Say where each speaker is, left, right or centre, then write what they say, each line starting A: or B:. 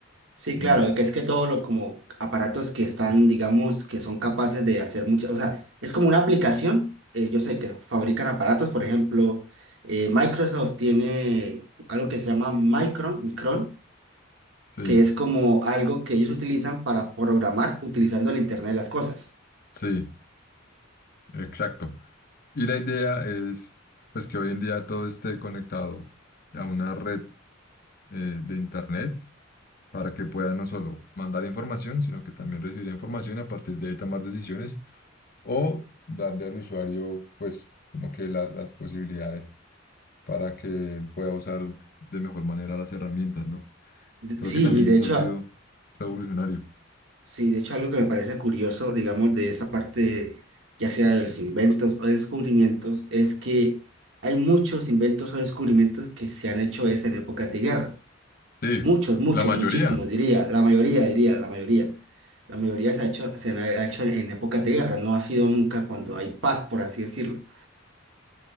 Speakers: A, on the right; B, on the left.
A: Sí,
B: Y
A: claro, que es que todos los como aparatos que están, digamos, que son capaces de hacer muchas, o sea, es como una aplicación, eh, yo sé que fabrican aparatos, por ejemplo, eh, Microsoft tiene algo que se llama Micron, Micron,
B: sí,
A: que es como algo que ellos utilizan para programar utilizando el Internet de las cosas.
B: sí, exacto. Y la idea es pues que hoy en día todo esté conectado a una red eh, de Internet para que pueda no solo mandar información, sino que también recibir información y a partir de ahí tomar decisiones o darle al usuario, pues, como que la- las posibilidades para que él pueda usar de mejor manera las herramientas, ¿no?
A: De-
B: Creo
A: Sí,
B: que también
A: y de
B: eso
A: hecho
B: ha sido revolucionario.
A: Sí, de hecho algo que me parece curioso, digamos, de esa parte, ya sea de los inventos o descubrimientos, es que hay muchos inventos o descubrimientos que se han hecho es en épocas de guerra.
B: Sí,
A: Muchos, muchos,
B: la mayoría.
A: muchísimos, diría, la mayoría, diría, la mayoría. La mayoría se ha hecho, se han- ha hecho en, en épocas de guerra, no ha sido nunca cuando hay paz, por así decirlo.